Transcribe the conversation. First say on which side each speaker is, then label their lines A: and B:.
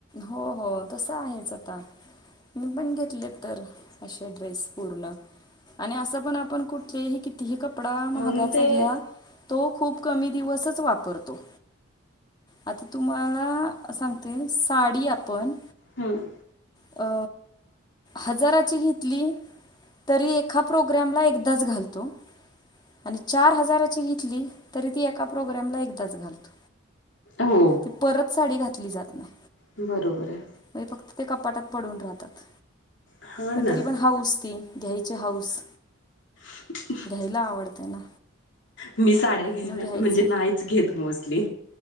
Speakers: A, on the left; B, on the left.
A: हो हो तसं आहेच आता. मी पण घेतलेत तर अशे ड्रेस पूर्ण. आणि असं पण आपण कुठले हे कितीही कपडा महागाचा
B: म्हणून ते
A: घ्या तो खूप कमी दिवसच वापरतो. आता तुम्हाला सांगते साडी आपण
B: हम्म
A: अ हजारची घेतली तरी एका प्रोग्रॅमला एकदाच घालतो. आणि चार हजाराची घेतली तरी ती एका प्रोग्रॅमला एकदाच घालतो.
B: हो
A: ती परत साडी घातली जात न्हाय.
B: बरोबर आहे.
A: म्हणजे फक्त ते कपाटात पडून राहतात
B: हा
A: पण
B: ना
A: तरी पण हाऊस ती. घ्यायची हाऊस.
B: ह
A: घ्यायला आवडते ना.
B: मी साड्या घ्यायल्या
A: मग घ्यायचंय
B: म्हणजे नाहीच घेत मोस्टली